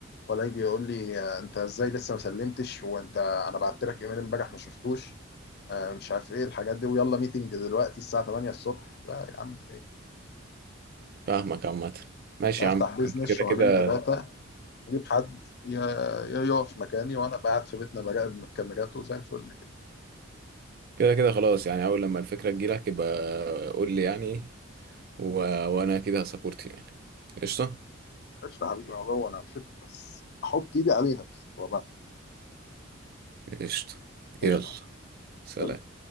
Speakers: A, on the left; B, on the right.
A: ولا يجي يقول لي آه، انت ازاي لسه ما سلمتش وانت انا بعت لك ايميل امبارح ما شفتوش آه، مش عارف ايه الحاجات دي ويلا ميتنج دلوقتي الساعة 8 الصبح لا يا عم ليه؟
B: فاهمك عامه ماشي
A: أنا
B: يا
A: افتح
B: عم
A: بيزنس
B: انت كده
A: شهرين
B: كده
A: ثلاثة اجيب حد ي- ي- يقف مكاني وانا قاعد في بيتنا براقب من الكاميرات وزي الفل كده
B: كده كده خلاص يعني اول لما الفكره تجيلك يبقى قول لي يعني و... وانا كده هسابورت يعني قشطة
A: قشطة يا حبيبي هو انا على فكرة بس احط ايدي عليها بس وبعد
B: قشطة
A: قشطة
B: يلا سلام
A: سلام.